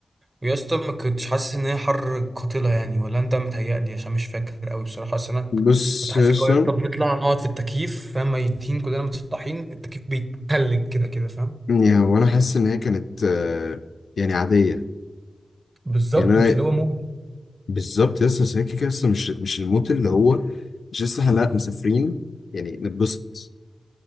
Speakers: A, on the right; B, on the left.
A: ويا اسطى ما كنتش حاسس ان هي حر قاتلة يعني ولا انت متهيألي عشان مش فاكر قوي بصراحة اصل انا
B: بص
A: كنت حاسس
B: يا اسطى
A: لو انت بنطلع نقعد في التكييف فاهم ميتين كلنا متسطحين التكييف بيتلج كده كده فاهم
B: يعني هو انا حاسس ان هي كانت آه، يعني عاديه
A: بالظبط
B: يعني انا
A: مش اللي هو موت
B: بالظبط يا اسطى بس هي كده كده اصلا مش مش الموت اللي هو مش لسه احنا لأ، مسافرين يعني نتبسط